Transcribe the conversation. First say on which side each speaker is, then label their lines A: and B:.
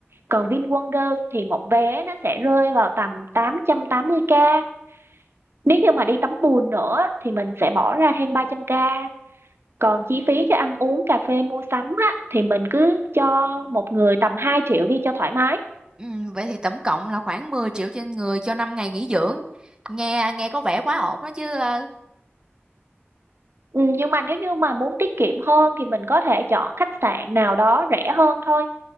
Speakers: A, on the right; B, on the right.
A: còn VinWonders thì một vé nó sẽ rơi vào tầm tám tám trăm tám mươi k Nếu như mà đi tắm bùn nữa thì mình sẽ bỏ ra thêm 300k. Còn chi phí cho ăn uống, cà phê, mua sắm á, thì mình cứ cho một người tầm 2 triệu đi cho thoải mái.
B: ừ, vậy thì tổng cộng là khoảng 10 triệu trên người cho 5 ngày nghỉ dưỡng nghe nghe có vẻ quá ổn đó chứ ờ,
A: Ừ, nhưng mà nếu như mà muốn tiết kiệm hơn thì mình có thể chọn khách sạn nào đó rẻ hơn thôi.